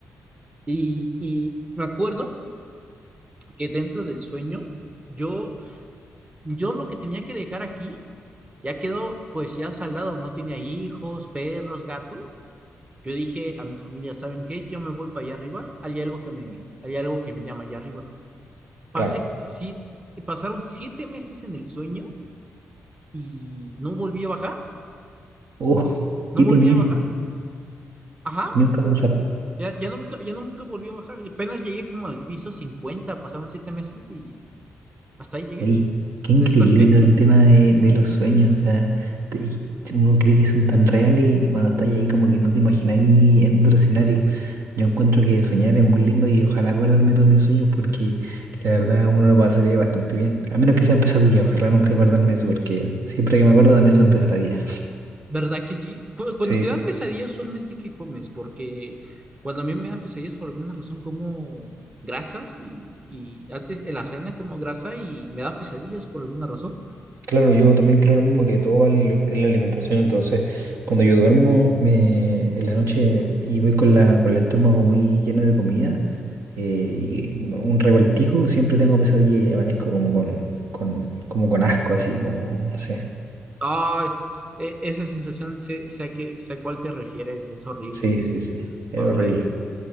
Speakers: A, on the right; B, on the right.
A: Y, y me acuerdo que dentro del sueño, yo, yo lo que tenía que dejar aquí ya quedó, pues ya saldado, no tenía hijos, perros, gatos, Yo dije a mi familia, ¿saben qué? Yo me voy para allá arriba, hay algo que me, hay algo que me llama allá arriba. Pasé,
B: claro.
A: si, pasaron siete meses en el sueño y no volví a bajar,
B: Oh,
A: no
B: siete
A: volví
B: meses
A: a bajar, ajá,
B: y nunca me
A: ya, ya nunca, ya nunca volví a bajar, apenas llegué como al piso 50. pasaron siete meses y hasta ahí llegué,
B: Oye, qué increíble
A: desperté
B: todo el tema de, de los sueños, o sea, te- y uno cree que son tan reales y cuando estás ahí como que no te imagináis en otro escenario. Yo encuentro que soñar es muy lindo y ojalá acordarme de todos mis sueños porque la verdad uno lo pasaría bastante bien. A menos que sean pesadillas, ojalá nunca acordarme de eso porque siempre que me acuerdo también son pesadillas.
A: ¿Verdad que sí? Cu- Cuando
B: sí
A: te
B: sí,
A: dan pesadillas, usualmente ¿qué comes? Porque cuando a mí me dan pesadillas, por alguna razón como grasas y, y antes en la cena como grasa y me da pesadillas por alguna razón.
B: Claro, yo también creo lo mismo que todo va en en la alimentación, entonces cuando yo duermo me, en la noche y voy con la, con el estómago muy lleno de comida eh, y un revoltijo, siempre tengo pesadilla y amanezco como con, con, como con asco, así como, no sé.
A: Ay, e- esa sensación, sé, sé a qué, sé a cuál te refieres, es horrible,
B: Sí,
A: es...
B: sí, sí, es horrible.
A: ay.